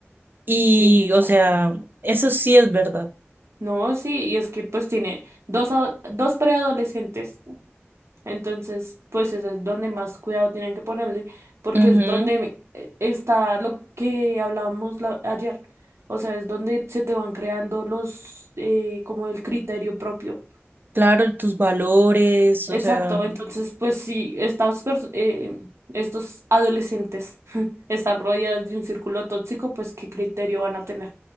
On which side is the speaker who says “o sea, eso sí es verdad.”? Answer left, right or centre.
Right